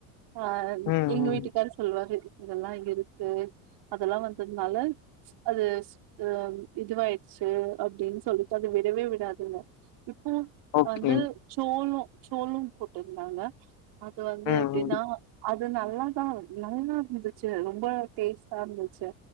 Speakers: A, on the right; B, on the left.
A: அ
B: ம்
A: எங்க
B: ம்
A: வீட்டுக்காரு சொல்வாரு இதல்லா இருக்கு அதல்லா வந்ததுனால அது ஆ இதுவாயிருச்சு அப்டின் சொல்லிட்டு அது விடவே விடாதுக இப்போ
B: ஓகே
A: வந்து சோளோ சோளோம் போட்டிருந்தாங்க அது வந்து
B: ம்
A: எப்டினா
B: ம்
A: அது நல்லாதா நல்லா இருந்துச்சு ரொம்ப டேஸ்டா இருந்துச்சு